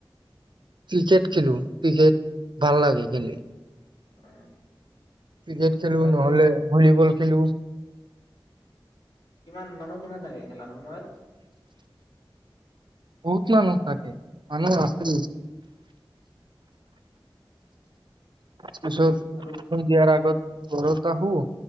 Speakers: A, on the right; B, on the left.
A: ক্ৰিকেট খেলো। ক্ৰিকেট, ভাল লাগে খেলি।
B: অ
A: ক্ৰিকেট খেলো
B: তাৰপিছত
A: নহলে ভলীবল খেলো।
B: কিমান মানুহ কিমান থাকে খেলাৰ সময়ত
A: বহুত মানুহ থাকে উম মানুহ আছিল। তাৰ পিছত
B: আৰু
A: ফোন দিয়াৰ আগত ঘৰত আহো,